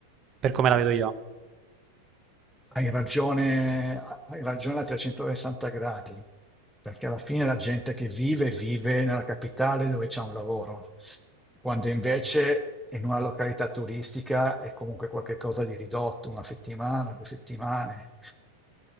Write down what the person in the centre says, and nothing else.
hai ragione, hai ragione a 360 gradi, perché alla fine la gente che vive vive nella capitale dove c'è un lavoro, quando invece in una località turistica è comunque qualcosa di ridotto, una settimana, due settimane.